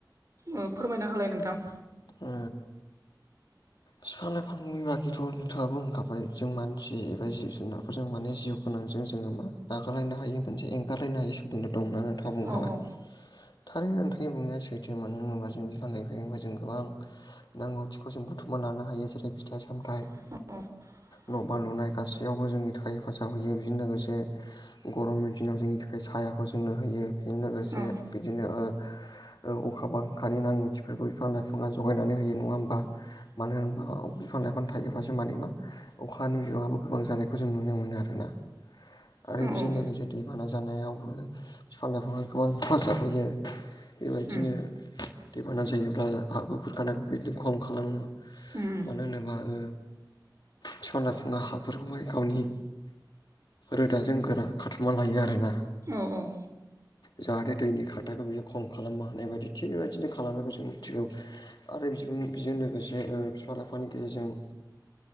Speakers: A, on the right; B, on the left.
A: ओ फोरमायना होलाय नोंथां
B: ओ
A: <inaudible>
B: बिफां लाइफांनि बागैथ' नोंथाङाबो होनखाबाय जों मानसि एबा जिब जुनारफोर जों माने जिउ गोनांजों जोङो मा नागारलायनो हायि मोनसे एंगारलायनो हायै सोमोन्दो दं होनना नोंथाङा बुंखाबाय
A: औ औ
B: थारै नोंथांनि बुंनाया सैथो मानो होनोबा जों बिफां लाइफायनिफाय जों गोबां नांगौथिखौ जों बुथुमना लानो हायो जेरै फिथाइ सामथायाइ
A: <inaudible>
B: न' बां लुनाय गासैयावबो जोंनि थाखाय हेफाजाब होयो बेजों लोगोसे गरमनि दिनाव जोंनि थाखाय सायाखौ जोंनो होयो बेजों लोगोसे
A: औ
B: बिदिनो ओ ओ अखा बांखानि नांगौथिफोरखौ बिफां-लाइफां बिफाङा जगायनानै होयो नङा होमबा मानो होनबा बिफां-लाइफां थायोबासो माने मा अखानि <unintelligible> बो गोबां जानायखौ जों नुनो मोनो आरोना आरो
A: औ
B: बेजों
A: औ
B: लोगोसे दैबाना जानायावबो बिफां लाइफांआ गोबां हेफाजाब होयो बेबायदिनो
A: उम
B: दैबाना जायोब्ला हा <unintelligible> खुरखानायखौ बिदिनो खम खालामो
A: उम
B: मानो होनोबा ओ फिफां-लाइफांआ हाफोरखौहाय गावनि रोदाजों गोरा खाथुमा लायो आरोना।
A: औ औ।
B: जाहाथे दैनि खारथाखौ बियो खम खालामनो हानाय बायदि थिग बेबायदिनो खालामनायखौ जों मिथिगौ आरो बि बेजों लोगोसे ओ बिफां लाइफानि गेजेरजों